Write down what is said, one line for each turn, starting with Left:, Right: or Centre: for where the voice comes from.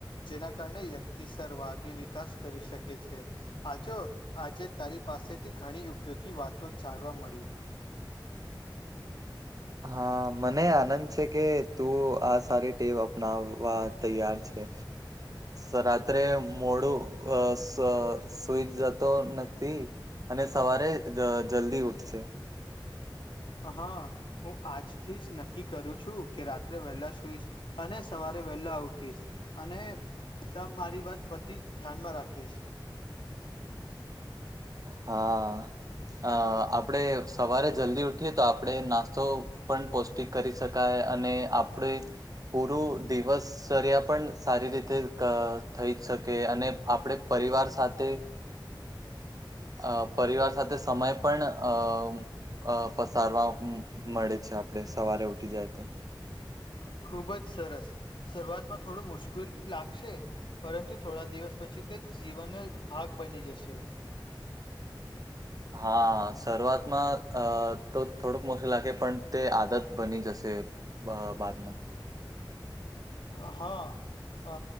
Left: જેના કારણે વ્યક્તિ સરર વાઘી વિકાસ કરી શકે છે. આચો આજે તારી પાસેથી ઘણી ઉપયોગી વાતો જાણવા મળી
Right: હા મને આનંદ છે કે તું આ સારી ટેવ અપનાવવા તૈયાર છે. અ રાત્રે મોળું અ સુઈ જતો નથી અને સવારે જલ્દી ઉઠશે
Left: હા હું આજથી જ નક્કી કરું છું કે રાત્રે વહેલા સુઈ અને સવારે વેલા ઉઠીશ અને ત મારી વાત બધી જ ધ્યાનમાં રાખીશ
Right: હા અ આપણેે સવારે જલ્દી ઉઠીએ તો આપડણે નાસ્તો પણ પૌષ્ટિક કરી શકાય અને આપણે પૂરું દિવસ સરિયા પણ સારી રીતે થઈ જ શકે અને આપણે પરિવાર સાથે અ પરિવાર સાથે સમય પણ અ અ પસારવા મળે છે આપડે સવારે ઉઠી જાય તો
Left: હ ખુબ જ સરસ શરૂઆતમાં થોડું મુશ્કેલ લાગશે પરંતુ થોડા દિવસ પછી તે જીવનનો ભાગ બની જશે
Right: હા શરૂઆતમાં અ તો થોડુંક મોશું લાગે પણ તે આદત બની જશે બ બાદમાં
Left: <inaudible> અ